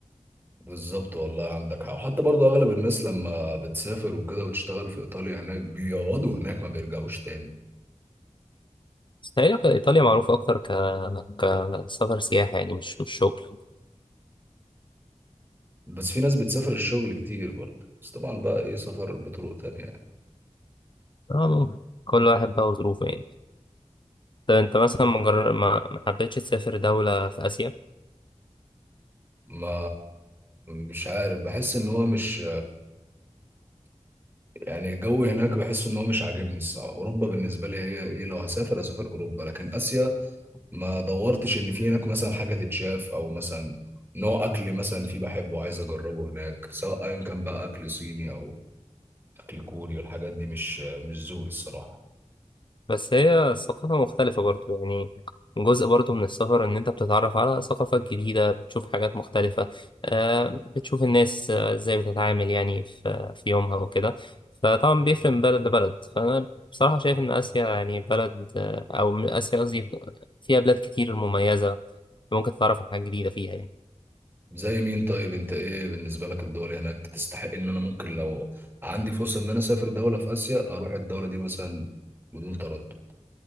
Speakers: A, on the right (about 15°); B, on the left (about 40°).
A: بالظبط والله عندك حق وحتى برضو أغلب الناس لما بتسافر وكده وتشتغل في إيطاليا هناك بيقعدوا هناك ما بيرجعوش تاني
B: بس تقريبا إيطاليا معروفة أكتر ك كسفر سياحة يعني مش مش شغل
A: بس في ناس بتسافر الشغل كتير برضه بس طبعا بقى إيه سفر بطرق تانية يعني
B: آه ممكن كل واحد بقى وظروفه يعني طب أنت مثلا ما جر- ما ما حبيتش تسافر دولة في آسيا؟
A: ما مش عارف بحس إن هو مش يعني الجو هناك بحس ان هو مش عاجبني الصراحه اوروبا بالنسبه لي هي ايه لو هسافر اسافر اوروبا لكن اسيا ما دورتش ان في هناك مثلا حاجه تتشاف او مثلا نوع اكل مثلا في بحبه عايز اجربه هناك سواء ايا كان بقى اكل صيني او اكل كوري والحاجات دي مش مش ذوقي الصراحه
B: بس هي ثقافة مختلفة برضو يعني جزء برضو من السفر إن أنت بتتعرف على ثقافات جديدة بتشوف حاجات مختلفة آه، بتشوف الناس آه، إزاي بتتعامل يعني في في يومها وكده فطبعا بيفرق من بلد لبلد فأنا بصراحة شايف إن آسيا يعني بلد آه، أو آسيا قصدي فيها بلاد كتير مميزة ممكن تتعرف على حاجات جديدة فيها يعني
A: زي مين طيب انت ايه بالنسبه لك الدول هناك تستحق ان انا ممكن لو عندي فرصه ان انا اسافر دوله في اسيا اروح الدوله دي مثلا بدون تردد